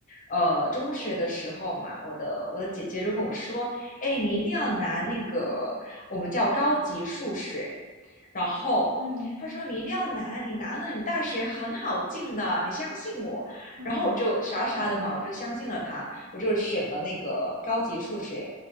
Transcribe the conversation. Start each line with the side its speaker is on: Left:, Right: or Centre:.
Left: 呃，中学的时候嘛，我的我的姐姐就跟我说，哎，你一定要拿那个我们叫高级数学，
Right: 嗯
Left: 然后他说你一定要拿，
Right: 嗯
Left: 你拿了你大学很好进的，你相信我。
Right: 嗯
Left: 然后我就傻傻的嘛，
Right: 嗯
Left: 我就相信了他，我就选了那个高级数学。